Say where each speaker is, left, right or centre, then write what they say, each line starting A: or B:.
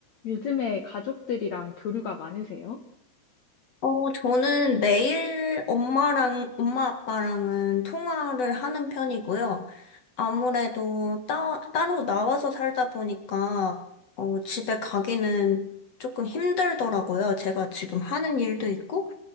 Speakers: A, on the left; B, on the left.
A: 요즘에 가족들이랑 교류가 많으세요?
B: 어, 저는 매일 엄마랑, 엄마 아빠랑은 통화를 하는 편이고요. 아무래도 따, 따로 나와서 살다 보니까, 어, 집에 가기는 조금 힘들더라고요. 제가 지금 하는 일도 있고